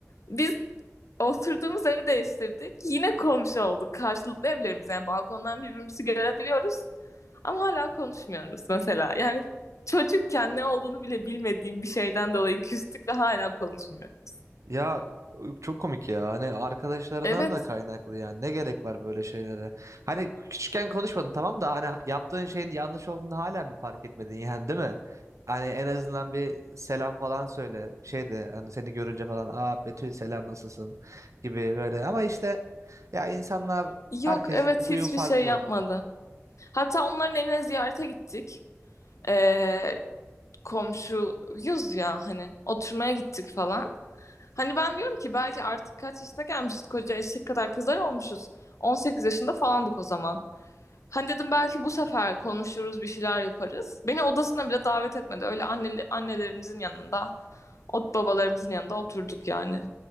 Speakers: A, on the left; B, on the right.
A: biz oturduğumuz evi değiştirdik. Yine komşu olduk. Karşılıklı evlerimiz. Yani balkondan birbirimizi görebiliyoruz. Ama hala konuşmuyoruz mesela. Yani çocukken ne olduğunu bile bilmediğim bir şeyden dolayı küstük ve hala konuşmuyoruz.
B: Ya çok komik ya. Hani arkadaşlarından
A: Evet.
B: da kaynaklı yani. Ne gerek var böyle şeylere? Hani küçükken konuşmadın tamam da hani yaptığın şeyin yanlış olduğunu hala mı fark etmedin yani değil mi? Hani en azından bir selam falan söyle. Şey de hani seni görünce falan aa Betül selam nasılsın gibi böyle. Ama işte ya insanlar
A: Yok
B: herkesin
A: evet
B: huyu
A: hiçbir
B: farklı.
A: şey yapmadı. Hatta onların evine ziyarete gittik. Ee, komşuyuz ya hani oturmaya gittik falan. Hani ben diyorum ki belki artık kaç yaşına gelmişiz koca eşek kadar kızlar olmuşuz. 18 yaşında falandık o zaman. Hani dedim belki bu sefer konuşuruz bir şeyler yaparız. Beni odasına bile davet etmedi. Öyle anne, annelerimizin yanında Ot babalarımızın yanında oturduk yani.